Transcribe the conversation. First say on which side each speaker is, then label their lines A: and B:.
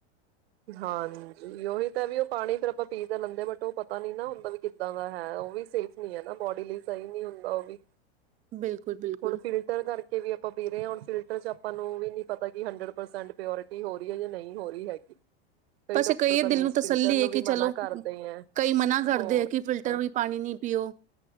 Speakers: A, on the right (about 70°); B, on the right (about 25°).
A: ਹਾਂਜੀ ਓਹੀ ਤਾਂ ਵੀ ਉਹ ਪਾਣੀ ਫਿਰ ਆਪਾਂ ਪੀ ਤਾਂ ਲੈਂਦੇ, ਬਟ ਉਹ ਪਤਾ ਨੀ ਨਾ ਓਦਾ ਵੀ ਕਿਦਾਂ ਦਾ ਹੈ। ਉਹ ਵੀ ਸੇਫ ਨਹੀਂ ਹੈ ਨਾ। ਬੋਡੀ ਲਈ ਸਹੀ ਨਹੀਂ ਹੁੰਦਾ ਉਹ ਵੀ।
B: ਬਿਲਕੁਲ-ਬਿਲਕੁਲ
A: ਹੁਣ ਫਿਲਟਰ ਕਰਕੇ ਵੀ ਆਪਾਂ ਪੀ ਰਹੇ ਹਾਂ। ਹੁਣ ਫਿਲਟਰ ਚ ਆਪਾਂ ਆਪਾਂ ਨੂੰ ਵੀ ਨਹੀ ਪਤਾ ਕਿ ਹੰਡਰਡ ਪਰਸੈਂਟ ਪਿਓਰਟੀ ਹੋ ਰਹੀ ਹੈ ਜਾਂ ਨਹੀਂ ਹੋ ਰਹੀ ਹੈਗੀ। ਕਈ
B: ਬਸ
A: ਡਾਕਟਰ
B: ਇੱਕ ਇਹ
A: ਤਾਂ
B: ਦਿਲ
A: ਮੀਨਸ
B: ਨੂੰ ਤਸੱਲੀ
A: ਫਿਲਟਰ ਨੂੰ
B: ਐ
A: ਵੀ
B: ਕਿ
A: ਮਨਾ
B: ਚਲੋ
A: ਕਰਦੇ ਐ।
B: ਕਈ ਮਨਾ ਕਰਦੇ
A: ਹੋਰ
B: ਆ
A: ਕਿਆ
B: ਕਿ ਫਿਲਟਰ ਵੀ ਪਾਣੀ ਨੀ ਪੀਓ